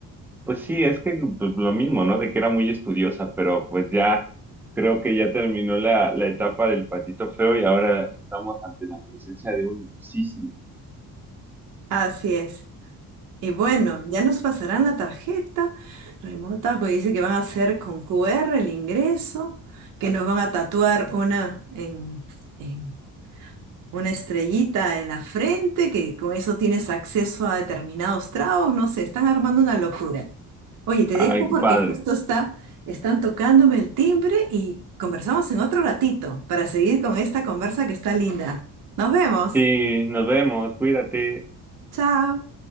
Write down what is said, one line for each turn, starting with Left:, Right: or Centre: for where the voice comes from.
Centre: Pues sí, es que pues, lo mismo, ¿no? De que era muy estudiosa, pero pues ya creo que ya terminó la, la etapa del patito feo y ahora estamos ante la presencia de un cisne.
Right: Así es. Y bueno, ya nos pasarán la tarjeta remota, pues dice que van a hacer con QR el ingreso, que nos van a tatuar una en, en una estrellita en la frente, que con eso tienes acceso a determinados tragos, no sé, están armando una locura. Oye, te
Centre: Ay,
Right: dejo
Centre: qué
Right: porque
Centre: padre.
Right: justo está, están tocándome el timbre y conversamos en otro ratito para seguir con esta conversa que está linda. Nos vemos.
Centre: Sí, nos vemos, cuídate,
Right: Chao.